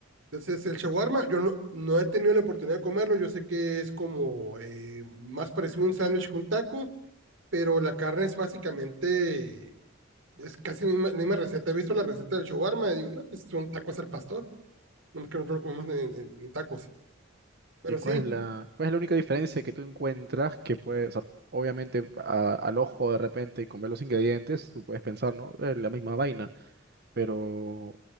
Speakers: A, on the right; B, on the right.
A: Entonces, el shawarma, yo no, no he tenido la oportunidad de comerlo. Yo sé que es como eh, más parecido a un sándwich que un taco, pero la carne es básicamente, es casi la misma, la misma receta. He visto la receta del shawarma y digo, no, pues son tacos al pastor. No es que nosotros lo comemos en, en- en tacos. Pero
B: ¿Y cuál
A: sí,
B: es la, cuál es la única diferencia que tú encuentras que puede, o sea, obviamente a- al ojo de repente y con ver los ingredientes, tú puedes pensar, ¿no? Es la misma vaina, pero